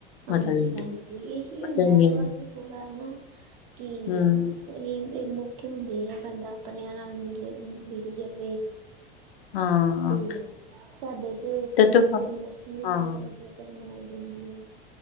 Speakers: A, on the right; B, on the left.
A: ਹਾਂਜੀ-ਹਾਂਜੀ,
B: ਮਤਲਬ
A: ਇਹੀ ਕਿ
B: ਵਧਾਈਆਂ
A: ਹੁੰਦਾ ਬਸ ਥੋੜਾ ਸਮਝਾਣਾ ਕਿ
B: ਹਮ
A: ਇਹ ਮੌਕੇ ਹੁੰਦੇ ਆ ਬੰਦਾ ਆਪਣਿਆਂ ਨਾਲ ਮਿਲੇ-ਮਿਲ ਜਾਵੇ।
B: ਹਾਂ
A: ਤੇ ਸਾਡੇ ਇਥੇ-ਇੱਥੇ
B: ਤੇ ਤੂੰ
A: ਜਨਮ ਅਸ਼ਟਮੀ
B: ਹਾਂ
A: ਬਹੁਤ ਵਧੀਆ ਧਰ੍ਹਾਂ ਮਨਾਈ ਜਾਂਦੀ ਹੈ।